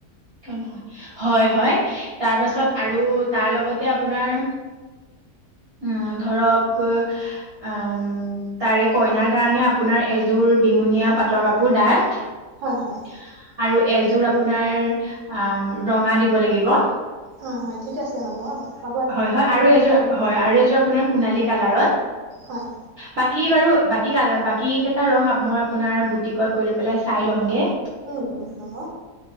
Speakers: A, on the right (about 45°); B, on the right (about 70°).
A: কিয় হয়-হয় তাৰ পাছত আৰু তাৰ লগতে আপোনাৰ। <inaudible> উম, ধৰক উ তাৰে কইনাৰ কাৰণে আপোনাৰ এযোৰ বি গোনীয়া পাটৰ কাপোৰ দাইত আৰু
B: হয়, হয়,
A: এযোৰ আপোনাৰ আ' ৰঙা দিব লাগিব। অ,
B: হয়, হয় ঠিক আছে হ'ব আপোনাৰ
A: হয়-হয় আৰু এযোৰ
B: পাব
A: হয় আৰু এযোৰ আৰু এযোৰ। আপোনাৰ সোণালী কালাৰত
B: হয়,
A: বাকী বাৰু বাকী কি কালাৰ বাকী কেইটা ৰং মই আপোনাৰ বুটিকত গৈ পেলাই চাই ল'মগে।
B: উম-উম হব।